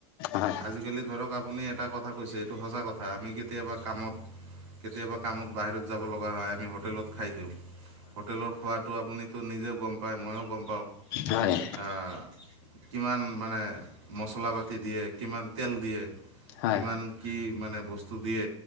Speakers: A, on the left; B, on the right.
A: হয়।
B: আজিকালি ধৰক আপুনি এটা কথা কৈছে এইটো সঁচা কথা আমি কেতিয়াবা কামত কেতিয়াবা কামত বাহিৰত যাব লগা হয় আমি হোটেলত খাই দিওঁ হোটেলৰ খোৱাটো আপুনিতো নিজে গম পায় ময়ো গম পাওঁ।
A: হয়।
B: হা, কিমান মানে মচলা পাতি দিয়ে কিমান তেল দিয়ে।
A: হয়
B: কিমান কি মানে বস্তু দিয়ে